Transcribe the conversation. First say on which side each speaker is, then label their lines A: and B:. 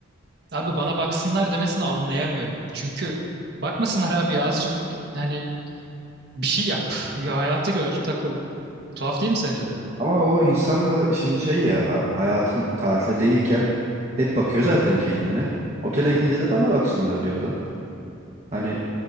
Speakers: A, on the right; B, on the right.
A: Abi bana baksınlar demesini anlayamıyorum. Çünkü bakmasınlar abi azıcık yani bir şey yap. <laughs> Bir hayatı gör, takıl. Tuhaf değil mi sence de?
B: Ama o insan da şimdi şey ya ha- hayatın tatile değilken hep bakıyor zaten kendine. Otele gidince de bana baksınlar diyor adam. Hani